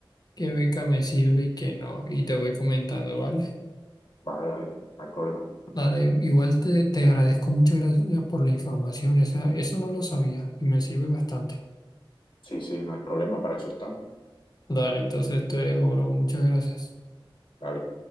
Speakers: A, on the left (about 50°); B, on the left (about 70°).
A: qué beca me sirve y qué no. Y te voy comentando, ¿vale?
B: Vale, dale, no hay problema.
A: Dale, igual te, te agradezco, muchas gracias por la información. Esa, eso no lo sabía y me sirve bastante.
B: Sí, sí, no hay problema, para eso estamos.
A: Dale, entonces te dejo, bro. Muchas gracias.
B: Dale.